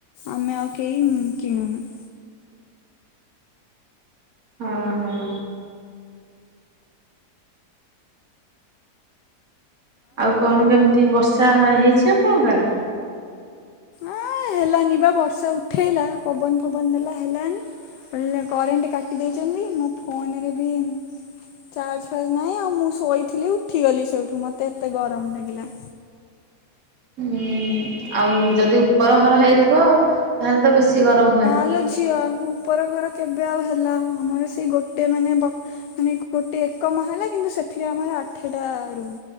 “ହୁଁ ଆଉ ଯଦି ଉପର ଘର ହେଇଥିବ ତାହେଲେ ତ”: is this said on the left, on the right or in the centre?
Right